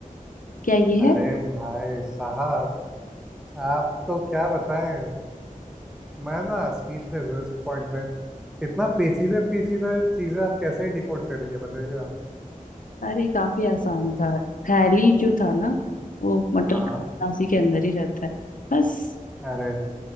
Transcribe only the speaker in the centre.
अरे
भाई साहब आप तो क्या बताएं मैं ना स्पीचलेस हूँ इस पॉइंट में इतना पेचीदा पेचीदा चीजें आप कैसे डिकोड कर रही हैं बताइए आप
हाँ
अरे